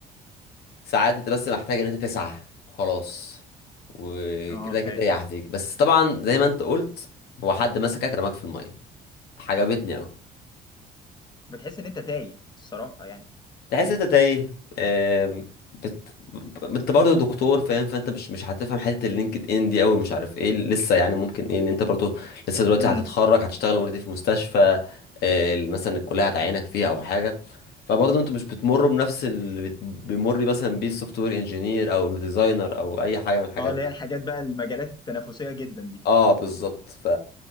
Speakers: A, on the left (about 70°); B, on the left (about 25°).
A: ساعات انت بس محتاج ان انت تسعى وخلاص وكده
B: اه فاهم
A: كده هي هتيجي بس طبعا زي ما انت قلت هو حد مسكك رماك في الميه عجبتني قوي
B: بتحس ان انت تايه الصراحه يعني
A: تحس انت تايه آم، بت... ب- انت برضه دكتور فاهم فانت مش مش هتفهم حته اللينكد ان دي قوي مش عارف ايه لسه يعني ممكن ايه ان انت برضه لسه دلوقتي
B: امم
A: هتتخرج هتشتغل اوريدي في مستشفى آه، مثلا الكليه هتعينك فيها او حاجه فبرضه انتوا مش بتمروا بنفس اللي بت- بيمر مثلا بيه السوفت وير انجينير او الديزاينر او اي حاجه من الحاجات
B: اه اللي
A: دي
B: هي الحاجات بقى المجالات التنافسيه جدا دي
A: اه بالظبط ف